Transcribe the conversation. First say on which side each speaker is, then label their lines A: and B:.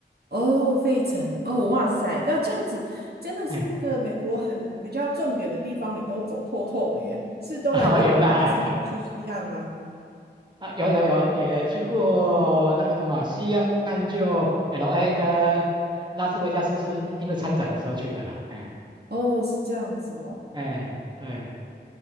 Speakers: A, on the right; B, on the right.
A: 哦，费城，哦，哇塞，那这样子真的是那个美国很比较重点的地方，
B: 哎
A: 你都走透透了耶，是都来东岸，
B: <laughs> 啊、有啦，
A: 还是也有去西岸吗？
B: 啊，有有有，也去过那个什么西岸，就 LA 跟拉斯维加斯，是因为参展的时候去的啦。哎
A: 哦，是这样子哦，
B: 哎，对，